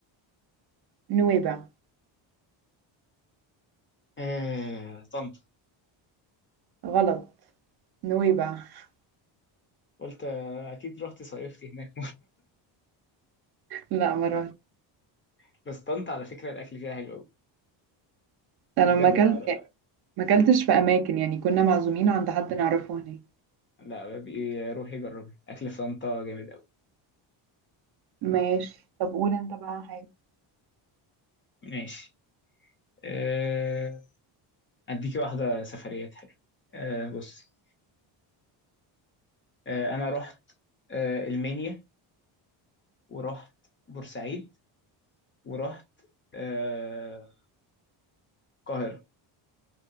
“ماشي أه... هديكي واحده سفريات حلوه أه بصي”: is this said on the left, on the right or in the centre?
Left